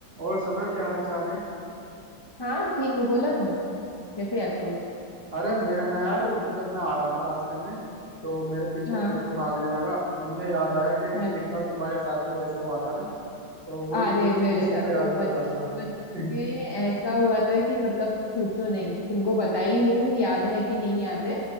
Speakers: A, on the right; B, on the left.
A: और सना क्या हाल चाल है
B: हाँ ठीक हूँ बोला ना कैसे याद किया
A: अ- अरे मेरा ना यार मतलब मैं आ रहा था रास्ते में तो मेरे पीछे
B: हाँ
A: कुत्ता भागने लगा तो मुझे याद आया कि
B: अच्छा
A: एक बार तुम्हारे साथ भी ऐसा हुआ था ना तो वही
B: अरे
A: मैं
B: मेरे
A: से- उसी
B: साथ
A: को याद
B: तो बचपन
A: कर रहा था <laughs>
B: में ऐसा हुआ था कि मतलब पूछो नहीं तुमको बताई हूँ याद है कि नहीं याद है